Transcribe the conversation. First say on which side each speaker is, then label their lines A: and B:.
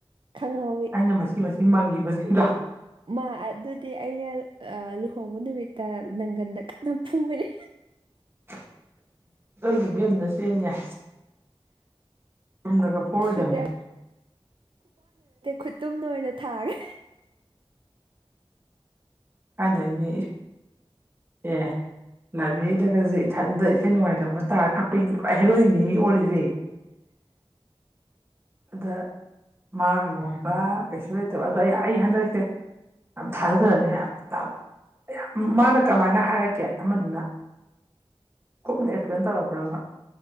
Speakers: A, on the right; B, on the right.
A: ꯈꯪꯍꯧꯋꯤ
B: ꯑꯩꯅ ꯃꯁꯤ ꯃꯁꯤ ꯃꯪꯈꯤꯕꯁꯤꯡ ꯗ
A: ꯃꯥ ꯑꯗꯨꯗꯤ ꯑꯩꯅ ꯂꯨꯍꯣꯡꯕ ꯅꯨꯃꯤꯠꯇ ꯅꯪꯒꯟꯗ ꯀꯟꯅ ꯐꯨꯒꯅꯤ
B: <unintelligible> ꯜꯂꯤꯕꯦꯝꯅ ꯆꯦꯟ ꯌꯥ ꯊꯅ ꯄꯔꯣꯏꯗꯅꯤ
A: ꯐꯨꯗ ꯈꯨꯠꯇꯨꯝꯗ ꯑꯣꯏꯅ ꯊꯥꯔꯦ
B: ꯑꯗꯒꯤ ꯑꯦ ꯂꯥꯏꯕ꯭ꯔꯦꯔꯤꯗꯒꯁꯦ ꯏꯊꯟꯇ ꯏꯊꯦ ꯅꯨꯡꯉꯥꯏꯇꯕꯒꯅ ꯇꯥꯔ ꯀꯞꯄꯩꯅꯤ ꯍꯩꯔꯣꯏꯔꯤꯅꯤ ꯃꯤ ꯑꯣꯜꯂꯤꯁꯦ <inaudible> ꯑꯗ ꯃꯥꯒꯨꯝꯕ ꯀꯩꯁꯨ ꯂꯩꯇꯕ ꯑꯗꯣ ꯑꯩ ꯑꯩ ꯍꯟꯗꯛꯁꯦ ꯌꯥꯝ ꯊꯥꯖꯗꯅꯅꯤ ꯌꯥꯝ ꯌꯥꯝ ꯃꯥꯅ ꯀꯃꯥꯏꯅ ꯍꯥꯏꯔꯛꯀꯦ ꯑꯃꯗꯨꯅ ꯀꯨꯞꯅ ꯑꯦꯛꯁꯄ꯭ꯂꯦꯟ ꯇꯧꯔꯛꯄ꯭ꯔꯕ